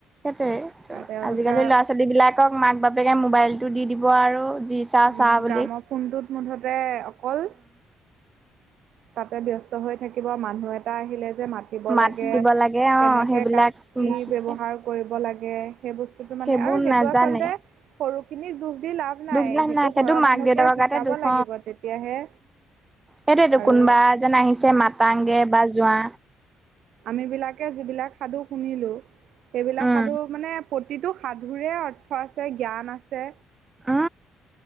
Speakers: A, on the right; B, on the right.
A: সেইটোয়ে
B: আৰু তেওঁলোকে
A: আজিকালি ল'ৰা ছোৱালী বিলাকক মাক বাপেকে মোবাইলটো দি দিব আৰু যি চা
B: উম,
A: চা বুলি
B: গ্ৰামৰ ফোনটোত মুঠতে অকল তাতে ব্যস্ত হৈ থাকিব মানুহ এটা আহিলে যে মা দ,
A: মাত
B: লাগ
A: দিব লাগে অ
B: কেনেকে
A: সেইবিলাক
B: কাক কি
A: নিশিকে
B: ব্যৱহাৰ কৰিব লাগে সেই বস্তু মানে
A: সেইবোৰ
B: আৰু সেইটো
A: নাজানে
B: আচলতে সৰুখিনিক দুখ দি লাভ নাই।
A: দুখবিলাক
B: সেইটো ঘৰৰ
A: মাক
B: মানুহকে
A: দেউতাকৰ
B: শিকাব
A: গাতে দুখ
B: লাগিব। তেতিয়াহে
A: সেইটোৱটো
B: আৰু
A: কোনোবা এ, যেন আহিছে মাতাংগৈ বা যোৱা
B: আম বিলাকে যিবিলাক সাধু শুনিলো সেইবিলাক
A: উম
B: সাধু মানে প্ৰতিটো সাধুৰে অৰ্থ আছে, জ্ঞান আছে।
A: অ,